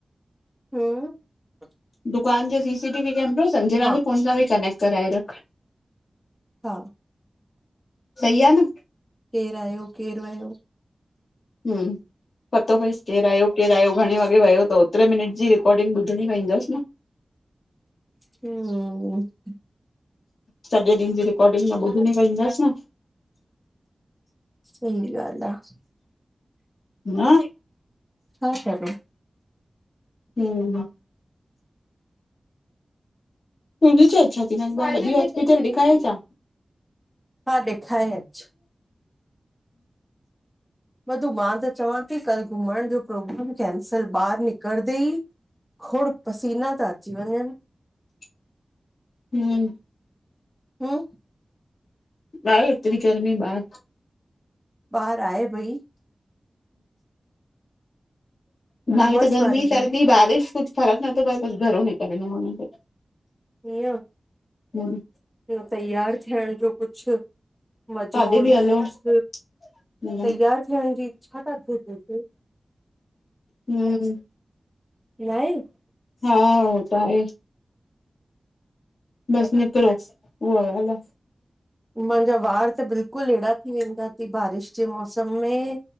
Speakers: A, in the centre; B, on the left.
A: ह <unintelligible>
B: दुकान जे सीसीटीवी कैमरो, संजना
A: हा
B: जे फोन सा बि कनेक्ट कराए ॾियो।
A: हा
B: सही आ न‌?
A: केर आहियो? केर वयो?
B: ह पतो पयेस केर आयो- केर आहियो? घणे वॻे वयो तो? हेतरे मिनट जी रिकॉडिंग ॿुधणी पेंईदस न?
A: ह <unintelligible>
B: सॼे ॾींहुं जी रिकार्डिंग न ॿुधणी पेंंदसि न?
A: सही ॻाल्हि आहे
B: न?
A: छा करों?
B: हम <unintelligible> तुहिंजी छा इच्छा थी? मां हिकु बार वॾी हास्पिटल ॾिखाए छा?
A: हा ॾेखाए अच। मधु, मां त चवां ती, कल घुमणु जो प्रोग्राम कैंसल। ॿाएर निकरदे ई खोड़ पसीना ता अची वंञन।
B: ह <unintelligible>
A: ह <unintelligible>
B: ॿाएर ऐतरी गरमी ॿार
A: ॿाएर आहे भई। उमस
B: ॿाएर त गर्मी
A: वारी
B: सर्दी बारिश कुछ फरक़ नथो पए कुछ घर मे <unintelligible>
A: इअं? <unintelligible>
B: हम
A: न तैयार थियणु जो कुछ, मज़ो
B: काॾे बि
A: न
B: हलो
A: कुछ
B: हम्म
A: तैयार थियणु जी इच्छा काथें ती थे?
B: हम
A: ना इन <unintelligible>
B: हा, हो त आहे। बसि निकरो, उह ॻाल्हि आ।
A: मांजा वारि त बिल्कुल ऐहिड़ा थी वेंदा तयी, बारिश जे मौसम में,